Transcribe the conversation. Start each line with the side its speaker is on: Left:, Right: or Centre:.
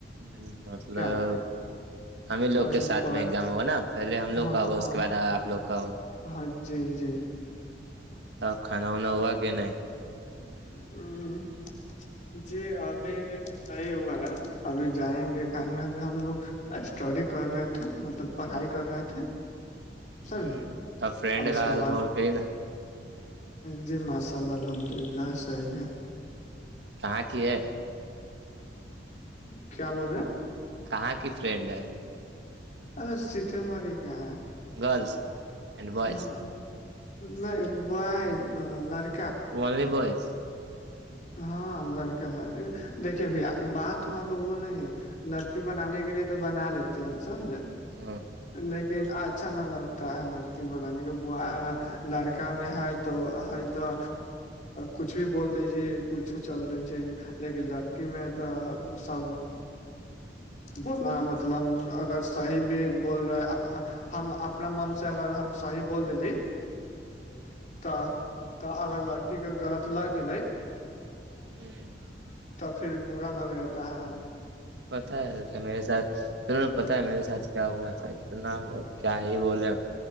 Right: ہ مطلب
Left: کیا
Right: ہم ہی لوگ
Left: ابھی
Right: کے سھ
Left: پر
Right: میں ایگزام ہوا پہلے ہم
Left: ہاں
Right: لوگ کا
Left: ہاں
Right: ہوگا اس کے بعد آ لوگ کا ہوگا
Left: ہاں جی جی جی
Right: اب کانا وانا ہوا کہ نہیں
Left: ہ <unintelligible> جی ابھی نہیں ہوا ہے ابھی جائیں گے کھائیں گے ابھی ہم لوگ اسٹڈی کر رہے تھے مطلب پڑھائی کر رہے تھے سمجھے
Right: ہ تو فرینڈ
Left: اور اس
Right: گ
Left: کے بعد
Right: کو کہی نا
Left: جی ماشاء اللہ الحمد اللہ صحیح ہے
Right: کہاں کی ہے
Left: کیا بول رہے ہیں
Right: کہاں کی ٹرینڈ ہے
Left: ا سیتےماری کا
Right: گرلس اینڈ بوائز
Left: ہاںاں نہیں ب ہے لاری
Right: اونلی بوائز
Left: ہاں لڑکا ہے دیکھیے ب بات ہواں پہ وہ نہیں ہے لڑکی بنانے کے لیے تو بنا لیتے ہیں سمجھ
Right: ہاں <unintelligible>
Left: لیکن اچھا نہ لگتا ہے لڑکی بنانے کے ب لڑکا میں ہر تو ہ تو کچھ بھی بول دیج کچھ چل رہی چ لیکن لڑکی میں ت سب بولنا مطلب اگر صحیح بھی بول رہے ہم اپنا من سے اگر ہم سحی بول دلیے تو ت اگر لڑکی کے غلط لگ گے
Right: ا <unintelligible>
Left: توب پھر برا لگ رہتا ہے
Right: پتا ہے کہ میرے ساتھ تہوں نے پتا ہے میرے ساتھ کیا ہوا تھا اتنا کیا ہی بولے